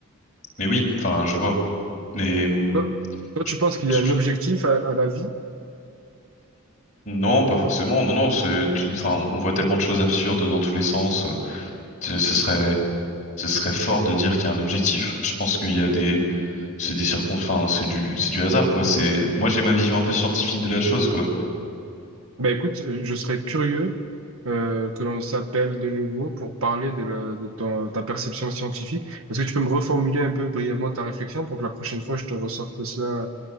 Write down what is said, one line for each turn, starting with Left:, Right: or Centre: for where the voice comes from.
Left: Mais oui, enfin, je vois. Mais hum,
Right: Toi, toi,
Left: je-
Right: tu penses qu'il
Left: je-
Right: y a un objectif à, à la vie?
Left: non, pas forcément. Non, non, c'est tout. Enfin, on voit tellement de choses absurdes dans tous les sens. Ce ce serait, ce serait fort de dire qu'il y a un objectif. Je pense qu'il y a des, c'est des circon. Enfin, c'est du, c'est du hasard, quoi. C'est, moi, j'ai ma vision un peu scientifique de la chose, quoi.
Right: Bah écoute, euh, je serais curieux euh, que l'on s'appelle de nouveau pour parler de, la, de ton- ta perception scientifique. Est-ce que tu peux me reformuler un peu brièvement ta réflexion pour que la prochaine fois je te ressorte cela